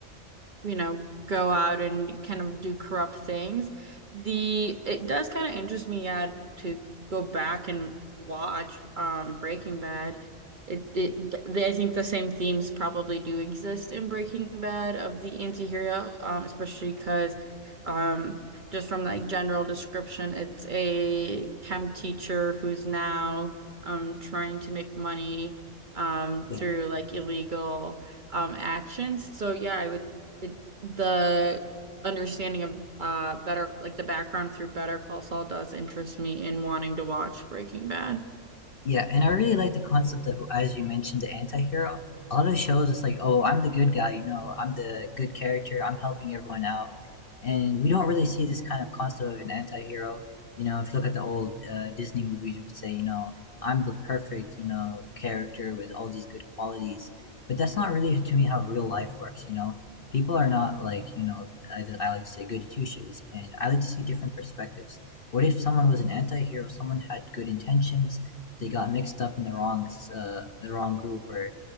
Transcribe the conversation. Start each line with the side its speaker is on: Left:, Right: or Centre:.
Right: you know, go out and kind of do corrupt things. The it does kind of interest me, yeah, to go back and watch um Breaking Bad. It, it they, I think the same themes probably do exist in Breaking Bad of the anti-hero, um, especially because um just from like general description, it's a chem teacher who's now um trying to make money um through
Left: yeah.
Right: like illegal um actions. So yeah, I would it, the understanding of uh better like the background through Better Call Saul does interest me in wanting to watch Breaking Bad. I
Left: Yeah, and I really like the concept of, as you mentioned, the anti-hero. A lot of shows, it's like, oh, I'm the good guy, you know, I'm the good character, I'm helping everyone out. And we don't really see this kind of concept of an anti-hero. You know, if you look at the old uh, Disney movies, you would say, you know, I'm the perfect, you know, character with all these good qualities. But that's not really, to me, how real life works, you know? People are not like, you know, I, I like to say goody two-shoes, and I like to see different perspectives. What if someone was an anti-hero, someone had good intentions, they got mixed up in the wrong uh, the wrong group or